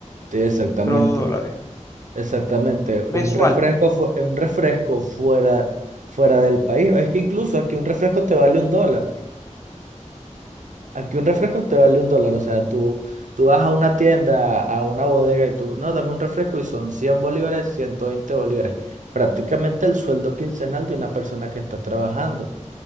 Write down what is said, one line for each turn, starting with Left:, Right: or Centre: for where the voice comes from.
Right: Sí, exactamente.
Left: de los dos dólares,
Right: Exactamente,
Left: mensual,
Right: un refresco, fu- eh, un refresco fuera, fuera del país. Es que incluso aquí un refresco te vale un dólar. Aquí un refresco te vale un dólar. O sea, tú, tú vas a una tienda, a una bodega y tú, no, dame un refresco y son 100 bolívares, 120 bolívares. Prácticamente el sueldo quincenal de una persona que está trabajando.